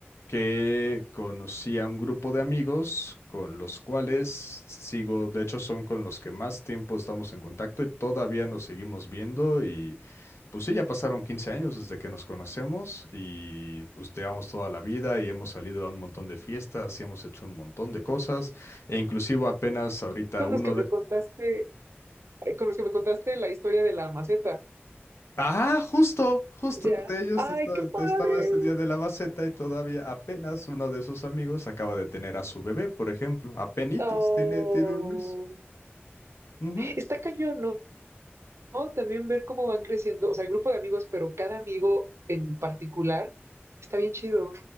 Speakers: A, on the left (about 80°); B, on the right (about 85°).
A: que conocí a un grupo de amigos con los cuales sigo, de hecho son con los que más tiempo estamos en contacto y todavía nos seguimos viendo y pues sí, ya pasaron 15 años desde que nos conocemos y pues llevamos toda la vida y hemos salido a un montón de fiestas y hemos hecho un montón de cosas e inclusive apenas ahorita
B: Con
A: uno
B: los que me contaste, eh, con los que me contaste la historia de la maceta.
A: Ah, justo, justo
B: Ya.
A: de ellos
B: ¡Ay,
A: está-
B: qué padre!
A: estaba este día de la maceta y todavía apenas uno de sus amigos acaba de tener a su bebé, por ejemplo. Apenitas,
B: Oh.
A: tiene, tiene un mes. Ujú.
B: Está cañón, ¿no? No, también ver cómo van creciendo, o sea, el grupo de amigos, pero cada amigo en particular está bien chido,